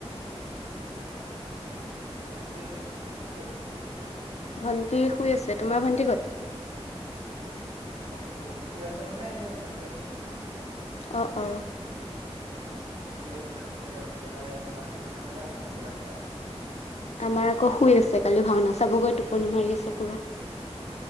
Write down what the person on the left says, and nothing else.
ভণ্টি শুই আছে তোমাৰ ভণ্টি ক'ত
অ অ
আমাৰ আক শুই আছে, কালি ভাওনা চাবগৈ টোপনি মাৰি আছে পোৰা।